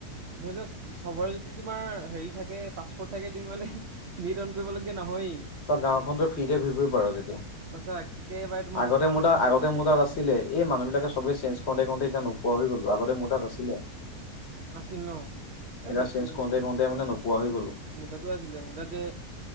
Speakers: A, on the right; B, on the left.
A: ধৰি লোৱা চ চবৰে যদি তোমাৰ হেৰি থাকে পাছপৰ্ট থাকে তুমি মানে নেট অন কৰিবলগীয়া নহয়েই
B: তই গাওখনতো ফ্ৰীতে ঘুৰি ফুৰিব পাৰ তেতিয়া
A: সঁচা একেবাৰে তোমাৰ
B: আগতে
A: ৰণীদাহঁতৰ
B: মোৰ তাৰ আগতে
A: ঘৰলৈকে
B: মোৰ তাত আছিলে এই মানুহ বিলাকে চবে চেঞ্জ খওঁতে খওঁতে এতিয়া নোপোৱা হৈ গ'লো আগতে মোৰ তাত আছিলে
A: আছিল ন এ
B: এতিয়া
A: মো
B: চেঞ্জ
A: মো
B: কৰোতে কৰোতে মানে নোপোৱা হৈ গ'লো
A: মোৰ তাতো আছিলে মোৰ তাত যে